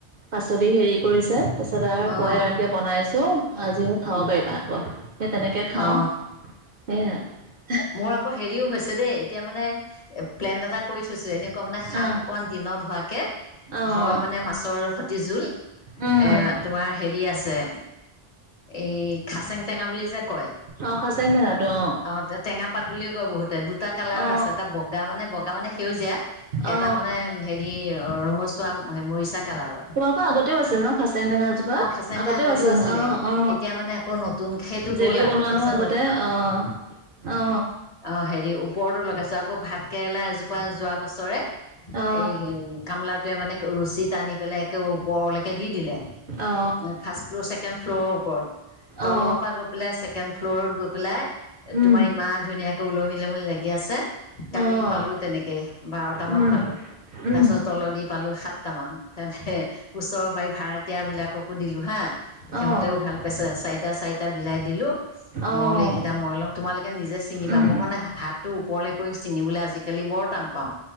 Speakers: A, on the right; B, on the left.
A: পাচলি হেৰি কৰিছে, পিছত আৰু
B: অ
A: কয় এতিয়া বনাইছো <unintelligible> খাব
B: উম
A: পাৰিবা আক। সেই তেনেকে খাওঁ
B: অ
A: সেয়াই।
B: মোৰ আকৌ হেৰিও হৈছে দেই, এতিয়া মানে এপ প্লেন এটা কৰি থৈছে এনেকুৱা মানে শাক
A: আহ
B: অকণমান দিনত হোৱাকে।
A: আহ
B: হয় মানে মাছৰসতি জোল এ
A: উম
B: তোমাৰ হেৰি আছে এই খাচেং টেঙা বুলি যে কয়।
A: অ খাচেং টেঙাতো অ।
B: অ টে টেঙা পাত বুলিও কয় বহুতে দুত দুটা কালাৰৰ
A: অ
B: আছে এটা বগা মানে বগা মানে সেউজীয়া
A: অ
B: এটা মানে হেই ই ৰঙচুৱা স মৰিচা কালাৰ।
A: অ আগতেও আছিল ন ফাচেং টেঙা যো কিবা
B: খাচাং
A: আগতেও
B: দা
A: আছিল
B: আছিলে
A: অ অ
B: এতিয়া মানে আকৌ নতুন সেইটো
A: জেলি
B: গ'ল আৰু
A: বনোৱা
B: তাৰপিছত
A: নহয় আগতে অ। অ।
B: অঁ হেৰি ওপৰতো লগাইছোঁ আকৌ ভাতকেৰেলা এজোপা যোৱা বছৰে।
A: অ
B: এই গামলাটোৱে মানে ৰচী টানি পেলাই একেবাৰে ওপৰলেকে দি দিলে।
A: অ
B: এ ফাৰ্ষ্ট ফ্ল'ৰ ছেকেণ্ড ফ্ল'ৰৰ ওপৰত, তলৰ
A: অ
B: পৰা গৈ পেলাই ছেকেণ্ড ফ্ল'ৰত গৈ পেলাই
A: উম
B: তোমাৰ ইমান ধুনীয়াকে ওলমি ওলমি লাগি আছে। কালি
A: অ',
B: পালো তেনেকে বাৰট মান
A: উম,
B: পালো,
A: উম,
B: তাৰ পিছত তলত দি পালো সাত টামান হে ওচৰ বাৰী ভাড়াতীয়া বিলাককো দিলোঁ হা সিহঁতেও
A: অ',
B: ভাল পাইছে, চাৰিটা চাৰিটা বিলাই দিলো।
A: অ',
B: মই বোলো এইকেইটা মই লম। তোমালোকে নিজে ছিঙিবা।
A: উম,
B: মই মানে হাতটো ওপৰলৈ কৰি ছিঙিবলৈ আজিকালি বৰ টান পাওঁ।